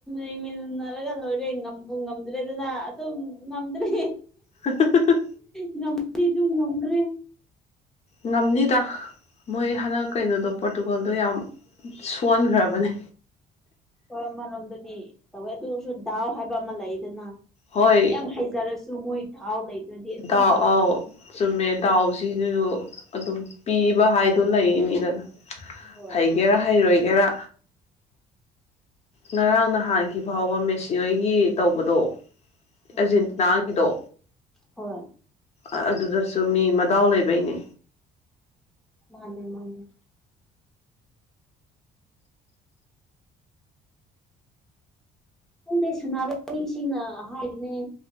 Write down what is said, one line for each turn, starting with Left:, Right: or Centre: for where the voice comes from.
Centre: ꯌꯦꯡꯃꯤꯟꯅꯔꯒ ꯂꯣꯏꯔꯦ ꯉꯝꯕꯨ ꯉꯝꯗ꯭ꯔꯦꯗꯅꯥ ꯑꯗꯨꯝ ꯉꯝꯗ꯭ꯔꯦ
Left: ꯍꯥ ꯍꯥ ꯍꯥ ꯍꯥ
Centre: ꯉꯝꯅꯤꯗꯨ ꯉꯝꯗꯔ꯭ꯦ
Left: ꯉꯝꯅꯤꯗ ꯃꯣꯏ ꯍꯟꯗꯛ ꯀꯩꯅꯣꯗꯣ ꯄꯣꯔꯇꯨꯒꯜꯗꯣ ꯌꯥꯝ ꯁꯣꯟꯒꯔꯕꯅꯦ
Centre: ꯍꯣꯏ ꯑꯃꯔꯣꯝꯗꯗꯤ ꯇꯧꯋꯦ ꯑꯗꯨꯁꯨ ꯗꯥꯎ ꯍꯥꯏꯕ ꯑꯃ ꯂꯩꯗꯅ
Left: ꯍꯣꯏ
Centre: ꯌꯥꯝ ꯍꯩꯖꯔꯁꯨ ꯗꯣꯃꯣꯏ ꯊꯥꯎ ꯂꯩꯇ꯭ꯔꯗꯤ ꯑꯗꯨꯝ
Left: ꯒꯥ ꯑꯥꯎ ꯆꯨꯝꯃꯦ ꯗꯥꯎꯁꯤꯅꯁꯨ ꯑꯗꯨꯝ ꯄꯤꯕ ꯍꯥꯏꯗꯣ ꯂꯩꯔꯤꯅꯤꯗꯅ
Centre: ꯍꯣꯏ
Left: ꯍꯩꯒꯦꯔꯥ ꯍꯩꯔꯣꯏꯒꯦꯔꯥ ꯉꯔꯥꯡ ꯅꯍꯥꯟꯈꯤ ꯐꯥꯎꯕ ꯃꯦꯁꯤ ꯍꯣꯏꯒꯤ ꯇꯧꯕꯗꯣ ꯑꯔꯖꯦꯟꯇꯤꯅꯥꯒꯤꯗꯣ
Centre: ꯎꯝ ꯍꯣꯏ
Left: ꯑ ꯑꯗꯨꯗꯁꯨ ꯃꯤ ꯃꯗꯥꯎ ꯂꯩꯕꯩꯅꯦ
Centre: ꯃꯥꯅꯦ ꯃꯥꯅꯦ ꯄꯨꯡꯗꯩ ꯁꯥꯟꯅꯥꯔ ꯃꯤꯁꯤꯡꯅ ꯍꯥꯏꯕꯅꯦ